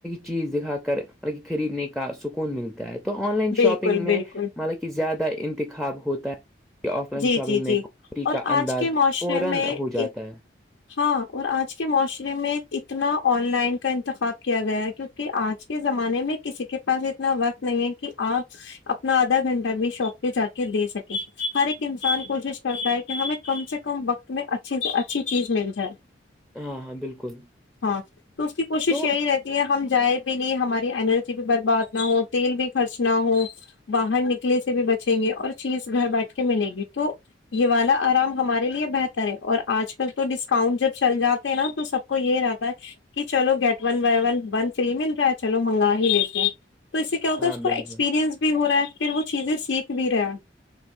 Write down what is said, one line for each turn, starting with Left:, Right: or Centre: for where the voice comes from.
Centre: چیز دکھا کر مطلب خریدنے کا سکون ملتا ہے تو آن لائن
Left: بالکل
Centre: شاپنگ میں
Left: بالکل
Centre: مطلب کہ زیادہ انتخاب ہوتا ہے یہ ف لان
Left: جی
Centre: شاپنگ
Left: جی
Centre: میں
Left: جی
Centre: ک
Left: اور
Centre: کا انداز
Left: آج کے معاشرے
Centre: فورا
Left: میں ایک
Centre: ہو جاتا ہے
Left: ہاں اور آج کے معاشرے میں اتنا آن لائن کا انتخاب کیا گیا ہے کیونکہ آج کے زمانے میں کسی کے پاس اتنا وقت نہیں ہے کہ آپ اپنا آدھا گھنٹہ بھی شاپ پہ جا کے دے سکیں ہر ایک انسان کوشش کرتا ہے کہ ہمیں کم سے کم وقت میں اچھی اچھی چیز مل جائے
Centre: ہاں ہاں بالکل
Left: ہاں تو اس کی کوشش
Centre: تو
Left: یہی رہتی ہم جائیں بھی نہیں ہماری اینرجی بھی برباد نہ ہو تیل بھی خرچ نہ ہو باہر نکلے سے بھی بچیں گے اور چیز گھر بیٹھ کے ملے گی تو یہ والا آرام ہمارے لیے بہتر ہے اور آج کل تو ڈسکاؤنٹ جب چل جاتا نا تو سب کو یہ رہتا ہے کہ چلو گیٹ ون ب ون ون فری مل رہا ہے چلو منگا ہی لیتے ہیں تو اس سے کیا ہوتا
Centre: ہاں
Left: ہے اس کو
Centre: بالکل
Left: ایکسپیریئنس بھی ہو رہا ہے پھر وہ چیزیں سیکھ بھی رہا ہے